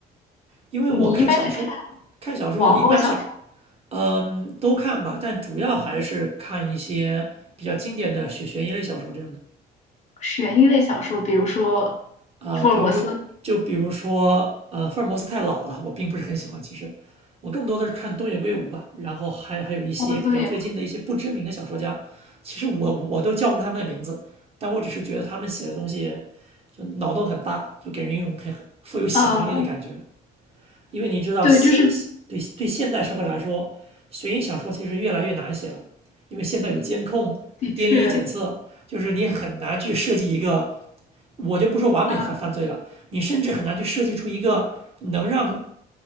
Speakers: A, on the right (about 35°); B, on the left (about 45°).
A: 因为我看小说，
B: 你一般是看
A: 看小说我一般是
B: 网络小说、
A: 嗯，都看吧，但主要还是看一些比较经典的悬悬疑类小说这样的
B: 悬疑类小说，比如说
A: 啊、
B: 福尔摩斯。
A: 比如就就比如说呃，福尔摩斯太老了，我并不是很喜欢。其实我更多的是看东野圭吾吧，然后还还有一些比较最近的一些不知名的小说家，
B: 哦，对，
A: 其实我我都叫不出他们的名字，但我只是觉得他们写的东西就脑洞很大，就给人一种很很富有想象力的感觉。
B: 嗯，
A: 因为你知道现对对现代社会来说，
B: 对，就是
A: 悬疑小说其实越来越难写了，因为现在有监控，
B: 的确，
A: 它有 DNA 检测，就是你很难去设计一个，我就不说完美犯犯罪了，
B: 嗯，
A: 你甚至很难去设计出一个能让